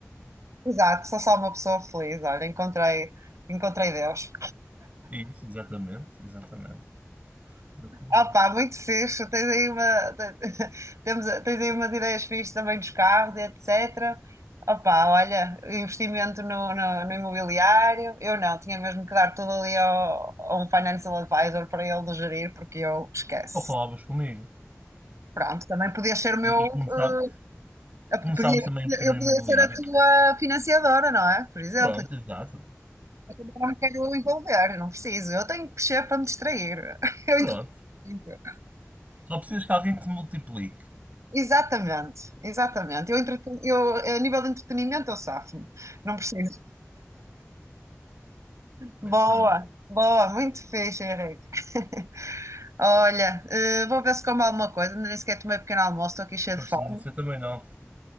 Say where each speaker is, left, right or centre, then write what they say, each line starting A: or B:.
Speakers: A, on the right; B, on the right.
A: Exato, sou só uma pessoa feliz, olha, encontrei, encontrei Deus.
B: Isso, exatamente, exatamente. exatamente.
A: Opa, muito fixe. Tens aí uma, te- <laughs> temos, tens aí umas ideias fixes também dos carros, e etc. Opa, olha, investimento no, no, no imobiliário. Eu não, tinha mesmo que dar tudo ali ao, a um financial advisor para ele gerir, porque eu esqueço.
B: Ou falavas comigo.
A: Pronto, também podia ser o meu.
B: E, e
A: eh,
B: começava- começavas
A: podia-
B: também a investir
A: eu
B: no imobiliário.
A: podia ser a tua financiadora, não é? Por exemplo,
B: Pronto, exato.
A: eu não me quero envolver, não preciso. Eu tenho que crescer para me distrair. <laughs> Eu
B: Pronto.
A: entretenho.
B: Só precisas que alguém te multiplique.
A: Exatamente, exatamente. Eu, entreten- eu, a nível de entretenimento, eu safo-me. Não preciso. Boa,
B: É isso mesmo.
A: boa, muito fixe, Henrique. <laughs> Olha, eh, vou ver se como alguma coisa. Ainda Nem sequer tomei um pequeno almoço, estou aqui cheia
B: Força
A: de fome.
B: nisso, eu também não.